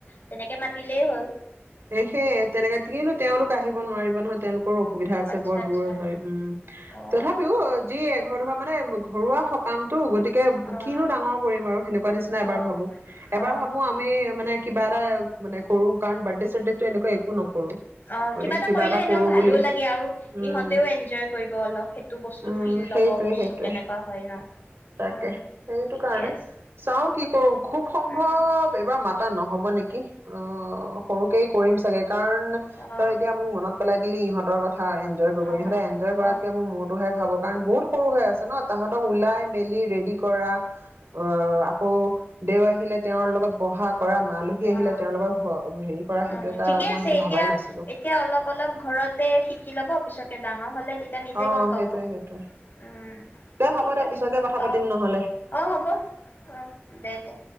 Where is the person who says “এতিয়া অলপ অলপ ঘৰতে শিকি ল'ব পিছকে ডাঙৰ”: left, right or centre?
Left